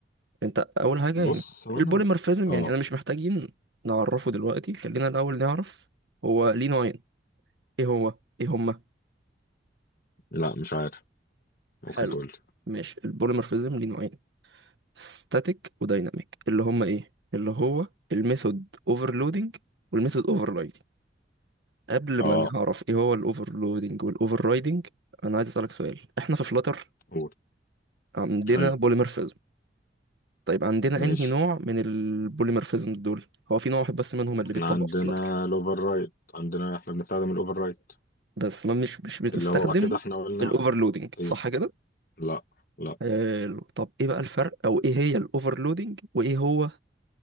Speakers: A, on the right; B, on the left.
A: انت اول حاجه
B: بص
A: يعني
B: هو
A: البوليمورفيزم
B: انا اه
A: يعني انا مش محتاجين نعرفه دلوقتي خلينا الاول نعرف هو ليه نوعين ايه هو ايه هما
B: لا مش عارف ممكن
A: حلو
B: تقول لي
A: ماشي البوليمورفيزم ليه نوعين ستاتيك ودايناميك اللي هما ايه اللي هو الميثود اوفرلودنج والميثود اوفررايدنج قبل
B: اه
A: ما نعرف ايه هو الاوفرلودنج والاوفررايدنج انا عايز اسالك سؤال احنا في فلاتر
B: قول
A: عندنا
B: ايوه
A: بوليمورفيزم طيب عندنا
B: ماشي
A: انهي نوع من البوليمورفيزم دول هو في نوع واحد بس منهم اللي
B: احنا
A: بيتطبق
B: عندنا
A: في فلاتر
B: الاوفر رايت عندنا احنا بنستخدم الاوفر رايت
A: بس ما مش مش بتستخدم
B: اللي هو كده احنا قلنا
A: الاوفرلودنج
B: ايه
A: صح كده
B: لا لا
A: حلو طب ايه بقى الفرق او ايه هي الاوفرلودنج وايه هو